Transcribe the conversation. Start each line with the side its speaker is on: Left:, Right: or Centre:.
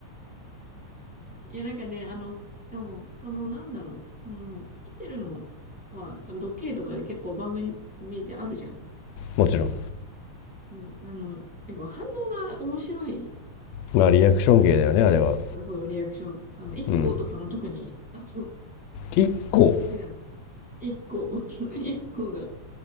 Centre: いや、なんかね、あの、でも、その、なんだろう、その、見てるのは、その、ドッキリとかで結構番組であるじゃん。
Left: もちろん
Centre: うん、あの、やっぱ反応が面白い
Left: まあリアクション芸だよねあれは
Centre: 人たちだからさ、そう、リアクション。あの、一行とかの特に、
Left: うん
Centre: あの、好
Left: 一個
Centre: きなんで。一行、<laughs> 一行が、